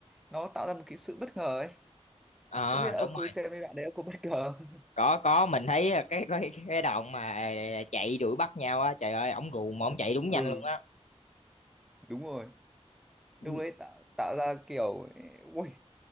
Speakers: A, in the centre; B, on the left.
A: nó tạo ra một cái sự bất ngờ ấy
B: à
A: không biết là
B: đúng
A: ông có xem cái đoạn đấy ông có bất ngờ không
B: có có mình thấy à, cái cái cái đoạn mà chạy đuổi bắt nhau á trời ơi ổng gù mà ổng chạy
A: <laughs>
B: đúng nhanh
A: ừ
B: luôn á
A: đúng rồi
B: Ừ,
A: lúc đấy tạo tạo ra kiểu ui